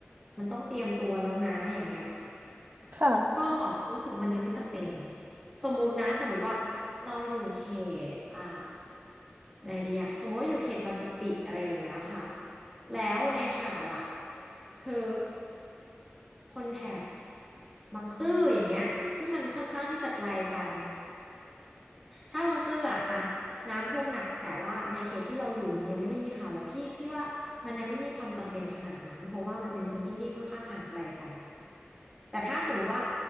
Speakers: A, in the centre; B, on the right.
A: มันต้องเตรียมตัวแล้วนะอย่างเงี้ย
B: ค่ะ
A: ก็รู้สึกว่ามันยังไม่จำเป็นสมมุตินะสมมุติว่าเราอยู่เขตอ่าไหนดีอะสมมติว่าอยู่เขตบางกะปิอะไรอย่างเงี้ยค่ะแล้วในข่าวอะคือคนแถบบางซื่ออย่างเงี้ยซึ่งมันค่อนข้างที่จะไกลกัน ถ้าบางซื่ออะอะน้ำท่วมหนักแต่ว่าในเขตที่เราอยู่มันยังไม่ได้มีข่าวและพี่พี่ว่ามันยังไม่มีความจำเป็นขนาดนั้นเพราะว่ามันเป็นพื้นที่ที่ค่อนข้างห่างไกลกันแต่ถ้าสมมติว่า